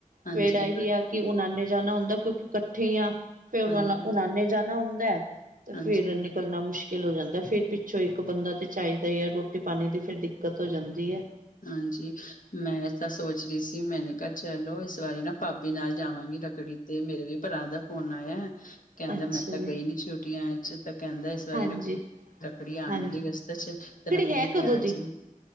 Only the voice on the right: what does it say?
ਫੇਰ ਇਹੀ ਆ। ਕਿ ਓਨਾਂ ਨੇ ਜਾਣਾ ਹੁੰਦਾ ਕਿਉਂਕਿ ਇਕੱਠੇ ਆ ਫੇਰ
ਉਹਨਾਂ ਨੇ ਜਾਣਾ ਹੁੰਦਾ। ਤੇ
ਫੇਰ ਨੀ ਨਿਕਲਣਾ ਮੁਸ਼ਕਿਲ ਹੋ ਜਾਂਦਾ ਫਿਰ ਪਿੱਛੋਂ ਇੱਕ ਬੰਦਾ ਤਾਂ ਚਾਹੀਦਾ ਹੀ ਆ ਰੋਟੀ ਪਾਣੀ ਦੀ ਫਿਰ ਦਿੱਕਤ ਹੋ ਜਾਂਦੀ ਐ।
ਅੱਛਾ
ਜੀ
ਹਾਂਜੀ
ਹਾਂਜੀ
ਹੈ ਕਦੋਂ
ਦੀ?